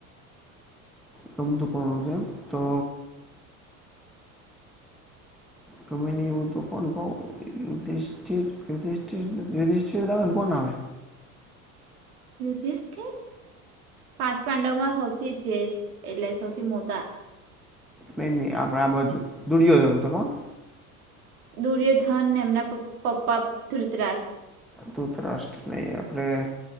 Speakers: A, in the centre; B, on the right.
A: કમ તું કોનુ છે એ મ તો ગમે ને એવું તો કોણ કહ યુધિષ્ઠિર યુધિષ્ઠિર યુધિષિર આવે ને કોણ આવે
B: યુધિષ્ઠિર પાંચ પાંડવમાં હૌથી ધેસ્ટ એટલે સૌથી મોટા
A: નહી નહી આપણે આ બાજુ દુર્યોધન પન ત
B: દુર્યોધન ને એમના પપ્પા ધૃતરાજ
A: ધૂતરાષ્ટ્ નહીં આપરડે